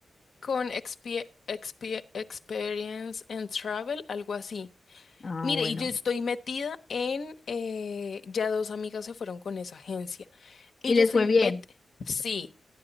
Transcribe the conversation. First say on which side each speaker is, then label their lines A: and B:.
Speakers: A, on the left; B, on the left.
A: Con expie- expie- Experience and Travel, algo así.
B: Ah,
A: Mire,
B: bueno.
A: y yo estoy metida en, eh, ya dos amigas se fueron con esa agencia. Y
B: Y
A: yo
B: les
A: estoy
B: fue bien.
A: met, sí,